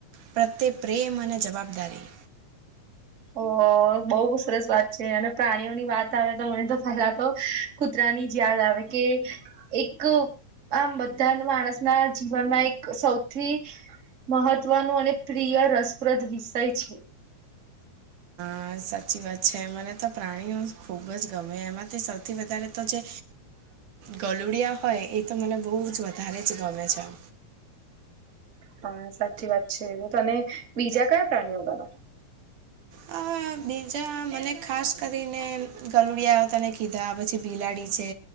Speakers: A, on the right; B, on the right.
A: પ્રત્યે પ્રેમ અને જવાબદારી.
B: ઓ બહ સરસ વાત છે અને પ્રાણીઓની વાત આવે તો મને તો પેલા તો કુતરાની જ યાદ આવે કે એક આમ બધા માણસ ના જીવનમાં એક સૌથી મહત્વનો અને પ્રિય રસપ્રદ વિષય છે.
A: હા સાચી વાત છે. મને તો પ્રાણીઓ ખૂબ જ ગમે એમાંથી સૌથી વધારે તો જે ગલુડિયા હોય એ તો મને બહુ જ વધારે જ ગમે છેમ.
B: હા સાચી વાત છે. તને બીજા કયા પ્રાણીઓ ગમે?
A: અ બીજા મને ખાસ કરીને ગરુડીયા તને કીધા પછી પછી બિલાડી છે